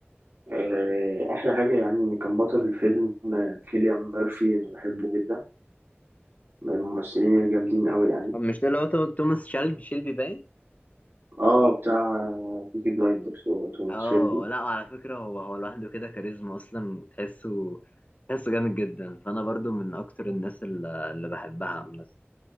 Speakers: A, on the right; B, on the left.
A: آه، احلى حاجة يعني ان كان بطل الفيلم آه، كيليان ميرفي انا بحبه جدا من الممثلين الجامدين قوي يعني
B: طب مش ده اللي هو تو- توماس شيلبي شيلبي باين
A: اه بتاع بيكي بلايندرز هو توماس
B: اه
A: شيلبي
B: لا على فكرة هو هو لوحده كده كاريزما اصلا تحسه تحسه جامد جدا فانا برضو من اكتر الناس اللي, اللي بحبها مثلا